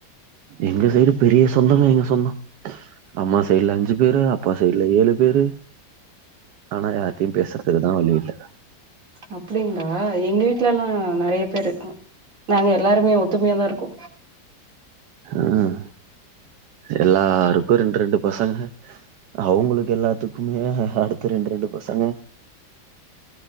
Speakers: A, on the right; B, on the right.
A: எங்க சைடு பெரிய சொந்தங்க எங்க சொந்தோ அம்மா சைடுல அஞ்சு பேரு அப்பா சைடுல ஏழு பேரு ஆன யார்த்தையு பேசுறதுக்குதா வழி இல்ல
B: அப்டிங்களா எங்க வீட்ல எல்லா நெறைய பேரு நாங்க எல்லாருமே ஒத்துமையாதா இருக்கோ
A: ம் எல்லாருக்கு ரெண்டு ரெண்டு பசங்க அவுங்களுக்கு எல்லாத்துக்குமே அடுத்த ரெண்டு ரெண்டு பசங்க